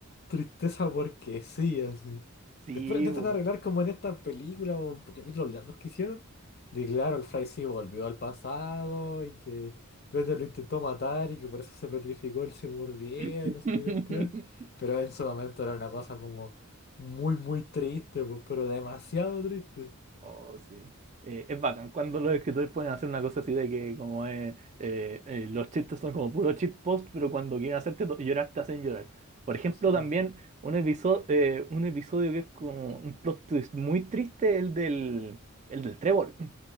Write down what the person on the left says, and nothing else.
Tristeza porque sí, así.
Después intentan
arreglar como en esta película o capítulos largos que hicieron. De claro, el Fry sí volvió al pasado y que Bender lo intentó matar y que por eso se petrificó, él se mordía
y no sé qué cuestión. Pero en su momento era una cosa como muy, muy triste, pues, pero demasiado triste.
Sí.